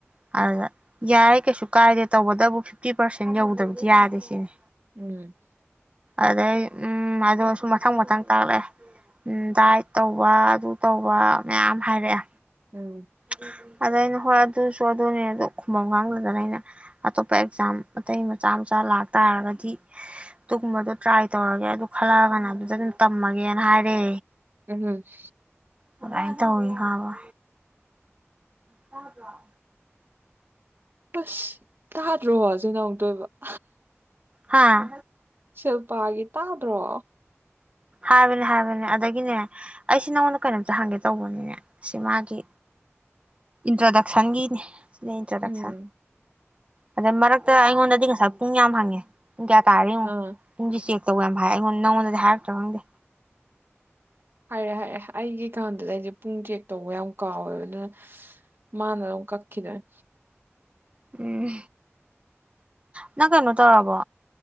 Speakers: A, on the right; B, on the right.
A: ꯌꯥ <unintelligible> ꯑꯗꯨꯗ ꯌꯥꯏ ꯀꯩꯁꯨ ꯀꯥꯏꯗꯦ ꯇꯧꯕꯇꯕꯨ ꯐꯤꯐꯇꯤ ꯄꯥꯔꯁꯦꯟ ꯌꯧꯗꯕꯗꯤ ꯌꯥꯗꯦ ꯁꯤꯅꯤ
B: ꯎꯝ
A: ꯑꯗꯩ ꯎꯝ ꯑꯗꯨꯁꯨ ꯃꯊꯪ ꯃꯊꯪ ꯇꯥꯛꯂꯦ ꯎꯝ ꯗꯥꯏ ꯇꯧꯋꯥ ꯑꯗꯨ ꯇꯧꯕ ꯃꯌꯥꯝ ꯍꯥꯏꯔꯛꯑꯦ
B: ꯎꯝ
A: ꯎ <inaudible> ꯑꯗ ꯑꯩꯅ ꯍꯣꯏ ꯑꯗꯨꯁꯨ ꯑꯗꯨꯅꯦ ꯑꯗ ꯈꯨꯃꯪ ꯈꯪꯗꯗꯅ ꯑꯩꯅ ꯑꯇꯣꯞꯄ ꯑꯦꯛꯖꯥꯝ ꯑꯇꯩ ꯃꯆꯥ ꯃꯆꯥ ꯂꯥꯛꯇꯥꯥꯔꯒꯗꯤ ꯑꯗꯨꯒꯨꯝꯕꯗꯣ ꯇ꯭ꯔꯥꯏ ꯇꯧꯔꯒꯦ ꯑꯗꯨ ꯈꯜꯂꯛꯑꯒꯅ ꯑꯗꯨꯗ ꯑꯗꯨꯝ ꯇꯝꯃꯒꯦꯅ ꯍꯥꯏꯔꯦ
B: ꯎꯃꯍꯨ
A: ꯥꯏꯗꯨꯃꯥꯏ ꯇꯧꯏ ꯈꯪꯉꯕ ꯇꯥꯗꯔꯣ
B: ꯈꯁ ꯇꯥꯗꯔꯣ ꯁꯤꯅ ꯑꯡꯇꯣꯏꯕ <unintelligible>
A: ꯍꯥꯥ
B: ꯁꯤꯜꯄꯒꯤ ꯇꯥꯗꯔꯣ
A: ꯍꯥꯏꯕꯅꯦ ꯍꯥꯏꯕꯅꯦ ꯑꯗꯒꯤꯅꯦ ꯑꯩꯁꯤ ꯅꯪꯉꯣꯟꯗ ꯀꯩꯅꯣꯝꯇ ꯍꯪꯒꯦ ꯇꯧꯕꯅꯤꯅꯦ ꯁꯤ ꯃꯥꯒꯤ ꯏꯟꯇ꯭ꯔꯣꯗꯛꯁꯟꯒꯤꯅꯦ ꯁꯤꯅ ꯏꯟꯇ꯭ꯔꯣꯗꯛꯁꯟ
B: ꯎꯝ
A: ꯑꯗꯩ ꯃꯔꯛꯇ ꯑꯩꯉꯣꯟꯗꯗꯤ ꯉꯁꯥꯏ ꯄꯨꯡ ꯌꯥꯝ ꯍꯪꯉꯦ ꯨ ꯄꯨꯡ ꯀꯌꯥ ꯇꯥꯔꯦ ꯌꯦꯡꯉꯨ
B: ꯑꯥ
A: ꯄꯨꯡꯖꯦ ꯆꯦꯀ ꯇꯧꯋꯦ ꯌꯥꯝ ꯍꯥꯏ ꯑꯩꯉꯣꯟꯗ ꯅꯉꯣꯟꯗꯤ ꯍꯥꯏꯔꯛꯇ꯭ꯔꯣ ꯈꯪꯗꯦ
B: ꯍꯥꯏꯔꯦ ꯍꯥꯏꯔꯦ ꯑꯩꯒꯤꯀꯥꯟꯗꯨꯗ ꯑꯩꯁꯦ ꯄꯨꯡ ꯆꯦꯛ ꯇꯧꯕ ꯌꯥꯝ ꯀꯥꯎꯋꯦꯕ ꯑꯗꯨꯅ ꯃꯥꯅ ꯑꯗꯨꯝ ꯀꯛꯈꯤꯗꯣꯏꯅꯦ
A: ꯎꯝ ꯅꯪ ꯀꯩꯅꯣ ꯇꯧꯔꯕꯣ